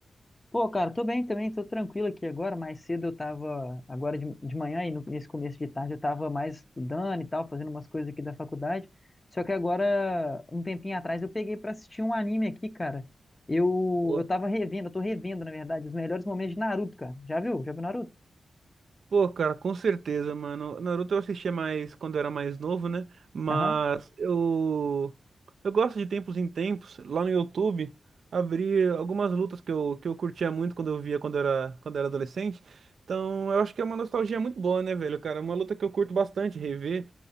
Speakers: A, on the left; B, on the right.
A: Pô, cara, tô bem também, tô tranquilo aqui agora. Mais cedo eu tava, agora de, de manhã e no- nesse começo de tarde eu tava mais estudando e tal, fazendo umas coisas aqui da faculdade. Só que agora, um tempinho atrás, eu peguei pra assistir um anime aqui, cara. Eu,
B: Boa.
A: eu tava revendo, eu tô revendo, na verdade, os melhores momentos de Naruto, cara. Já viu? Já viu Naruto?
B: Pô, cara, com certeza, mano. Naruto eu assistia mais quando era mais novo, né? Mas
A: Aham.
B: eu eu gosto de tempos em tempos, lá no YouTube, abrir algumas lutas que eu, que eu curtia muito quando eu via quando era quando era adolescente. Então, eu acho que é uma nostalgia muito boa, né, velho, cara? É Uma luta que eu curto bastante rever.